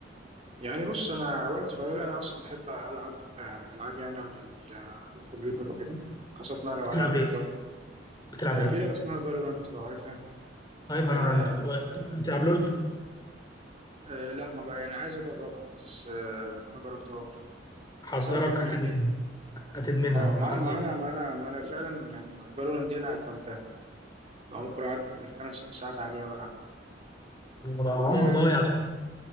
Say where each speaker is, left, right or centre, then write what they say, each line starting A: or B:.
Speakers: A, on the right; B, on the left.
A: يعني بص أنا وقت فراغي أنا أصلا بحب ألعب آه ألعاب يعني على ال- آه، الكمبيوتر وكده خاصة ما لو
B: بتلعب
A: ألعاب أونلاين
B: ايه بتلعب
A: آه
B: ايه
A: في لعبة اسمها فالورانت لو عارفها
B: اي فالورانت
A: آه
B: بتلعب لول
A: آه لا ما جا- يعني عايز أجربها بس آه ما جربتهاش
B: حذرك
A: بس أنا ما
B: هتدمنها
A: يعني
B: هتدمنها
A: اه ما
B: حذرك
A: أنا ما أنا ما أنا ما أنا فعلا يعني فالورانت دي أنا أدمنتها بقى ممكن أقعد بالخمس ست ساعات عليها
B: ده
A: بلعبها
B: عمره ضايع ده